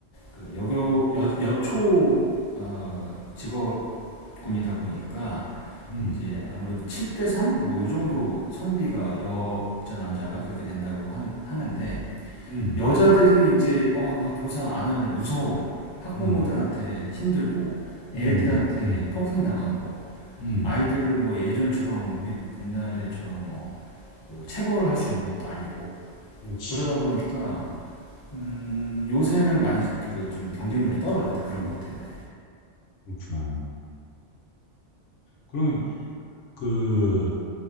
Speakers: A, on the left (about 45°); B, on the left (about 85°).
A: 그 여교 여, 여초 어, 직업 군이다 보니까
B: 음,
A: 이제 아무래도 7대 3 뭐 요 정도 성비가 여자 남자가 그렇게 된다고 하는 하는데
B: 음,
A: 여자들이 이제 어 나 교사 안 할래 무서워 학부모들한테
B: 음,
A: 힘들고 애들한테
B: 음, 음,
A: 폭행 당하고
B: 음.
A: 아이들을 뭐 예전처럼 우리 옛날에처럼 뭐그 체벌할 수 있는 것도 아니고
B: 그렇지.
A: 그러다 보니까 음 요새는 많이 그 좀 경쟁률이 떨어졌대 그런 것 때문에
B: 그렇구나. 그러면 그